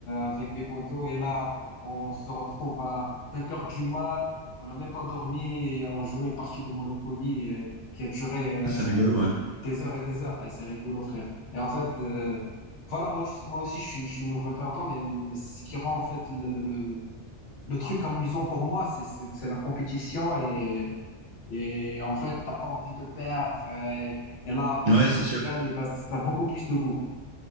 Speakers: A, on the left; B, on the right.
A: avec mes potos, et là, on se retrouve à 5 heures du mat, on n'a même pas dormi, et on jouait une partie de Monopoly, euh, qui a duré, euh,
B: c'est rigolo, ouais.
A: des heures et des heures. Eh, c'est rigolo, frère. Et en fait, euh, voilà, moi, je- moi aussi, je suis, je suis mauvais perdant, mais, mais c'est ce qui rend, en fait, le, le, le- le truc amusant pour moi, c'est c'est- c'est la compétition et, et en fait, t'as pas envie de perdre. Et, et là, quand
B: Ouais,
A: tu
B: c'est sûr.
A: gagnes, eh ben, ça a beaucoup plus de goût.